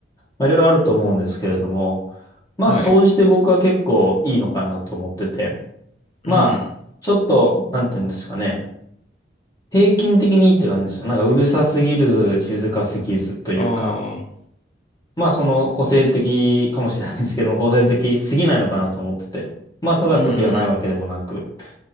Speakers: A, on the left (about 20°); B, on the left (about 35°).
A: まあいろいろあると思うんですけれども、まあ総じて僕は結構いいのかなと思ってて、
B: はい、
A: まあちょっと、
B: うん、
A: なんていうんですかね、平均的にいいって感じですよ。なんかうるさすぎる、静かすぎずというか。
B: ああ、
A: まあその個性的かもしれないですけど個性的すぎないのかなと思ってて。まあただ個性がないわけでもなくっ
B: うん、うん。